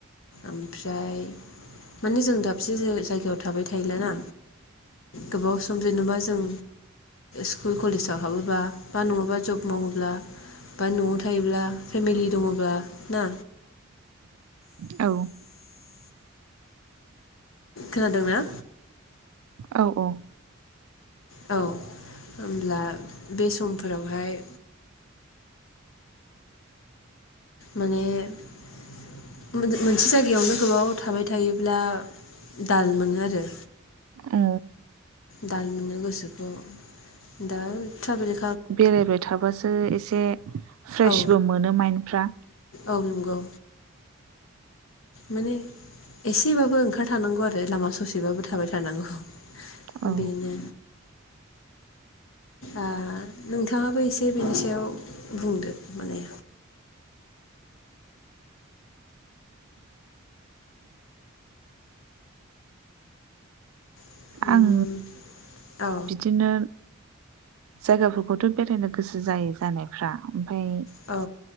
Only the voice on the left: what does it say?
ओमफ्राय माने जों दाबसे जा-जायगायाव थाबाय थायलाना गोबाव सम जेनेबा जों स्कुल कलेजाव हाबोबा बा नङाबा जब मावोब्ला बा न'आव था थायोब्ला फेमिलि दङब्ला ना?
खोनादोंना?
औ होनब्ला बे समफोरावहाय माने <unintelligible> मोनसे जायगायावनो गोबाव थाबाय थायोब्ला दाल मोनो आरो।
दाल मोनो गोसोखौ दा ट्रेभेल
औ
औ नंगौ माने एसेबाबो ओंखार थारनांगौ आरो लामा ससेबाबो थाबाय थारनांगौ
बेनो ओ नोंथाङाबो एसे बेनि सायाव बुंदो माने <inaudible>
औ